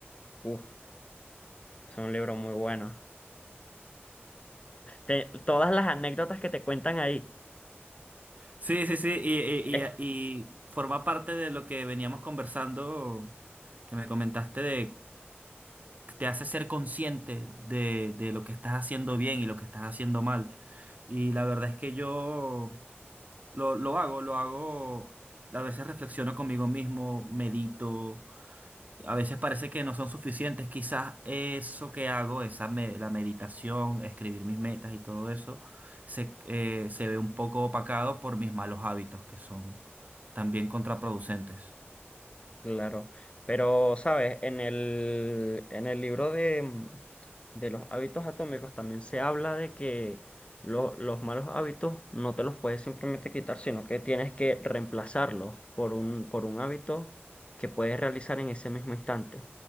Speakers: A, on the left; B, on the right.
A: Uf, es un libro muy bueno. Te- todas las anécdotas que te cuentan ahí.
B: Sí, sí, sí, y, y-
A: Es,
B: y- y forma parte de lo que veníamos conversando, que me comentaste de que te hace ser consciente de, de lo que estás haciendo bien y lo que estás haciendo mal. Y la verdad es que yo Lo, lo hago, lo hago. A veces reflexiono conmigo mismo, medito. A veces parece que no son suficientes. Quizás eso que hago, esa me- la meditación, escribir mis metas y todo eso, se, eh, se ve un poco opacado por mis malos hábitos, que son también contraproducentes.
A: Claro, pero sabes, en el, en el libro de, mm, de los hábitos atómicos también se habla de que lo- los malos hábitos no te los puedes simplemente quitar, sino que tienes que reemplazarlos por un, por un hábito que puedes realizar en ese mismo instante,